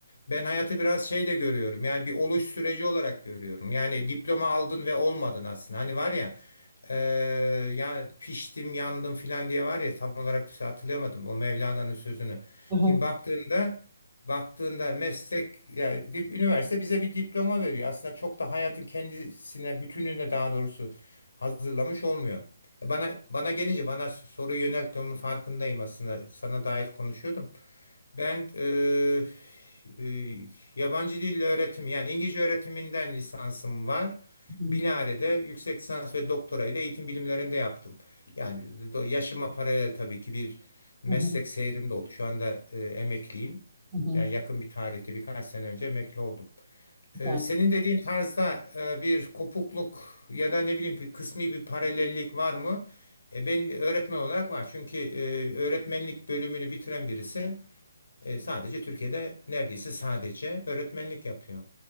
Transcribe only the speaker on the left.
Ben hayatı biraz şey de görüyorum. Yani bir oluş süreci olarak görüyorum. Yani diploma aldın ve olmadın aslında. Hani var ya eee, ya piştim yandım filan diye var ya tam olarak hatırlayamadım o Mevlana'nın sözünü.
Şimdi baktığında baktığında meslek yani dip, üniversite bize bir diploma veriyor. Aslında çok da hayatın kendisine, bütününe daha doğrusu hazırlamış olmuyor. E Bana bana gelince bana soru yönelttiğinin farkındayım aslında. Sana dair konuşuyordum. Ben e, e, yabancı dil öğretim yani İngilizce öğretiminden lisansım var.
Bilare'de yüksek lisans ve doktorayı da eğitim bilimlerinde yaptım. Yani do- yaşıma paralel tabii ki bir meslek
seyrim de oldu. Şu anda e, emekliyim.
Yani yakın bir tarihte birkaç sene önce emekli oldum.
E, senin dediğin tarzda e, bir kopukluk ya da ne bileyim bir kısmi bir paralellik var mı? E, ben öğretmen olarak var. Çünkü e, öğretmenlik bölümünü bitiren birisi e, sadece Türkiye'de neredeyse sadece öğretmenlik yapıyor.